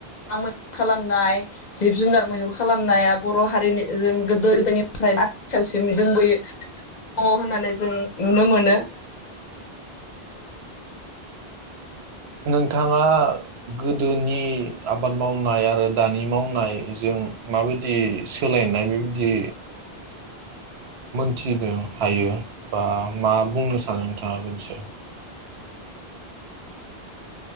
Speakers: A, on the left; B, on the right.
A: मैहुर खालामनाय जिब जुनार मैहुर खालामनाया बर' हारिनि जों गोदो गोदनिफ्राय आथिखालसिम दोंबोयो दङ होननानै जों नुनो मोनो।
B: नोंथाङा गोदोनि आबाद मावनाय आरो दानि मावनायजों माबायदि सोलायनाय बेबायदि मोनथिनो हायो बा मा बुंनो सानो नोंथाङा बेनोसै